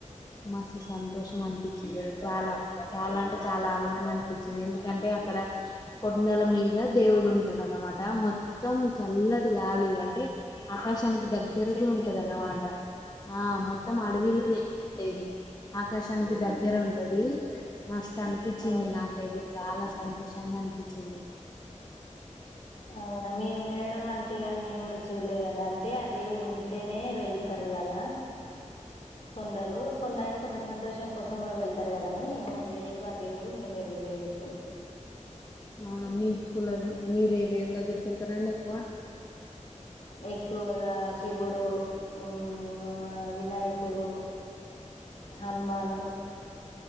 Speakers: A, on the left; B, on the left.
A: మస్తు సంతోషం అనిపించింది చాలా చాలంటే చాలా ఆనందంగా అనిపించింది ఎందుకంటే అక్కడ కొడుండల మీద దేవుడు ఉంటడనమాట మొ మొత్తం చల్లటి గాలి అంటే ఆకాశానికి దగ్గిరగుంటది
B: చెట్లు ఉంటాయా
A: అన్నమాట ఆ మొత్తం అడవిలోనే ఏది ఆకాశానికి దగ్గరుంటది మస్త్ అనిపించింది
B: ఆ,
A: నాకైతే చాలా సంతోషం ఇష్టంగా అనిపించింది
B: అవును మేము వినడం వరకే గాని మేము గుడా చూల్లెదండి అంతే ఆ దేవుడు ఉన్ ఉంటేనే వెళ్తరు గదా కొందరు కొందరంటే కొందరు సంతోష్ తన కోసం కూడా వెళ్తారు కదా అని మాకు లేదు ఆ దేవుడు మేము వెళ్ళలేదు ఎప్పుడు
A: అవునా మీకి కుల మీరు ఏ దేవుని దగ్గరికి వెళ్తారండి ఎక్కువ
B: ఎక్కువగా శివుడు ఊ ఆ వినాయక్ పుడు హన్మాను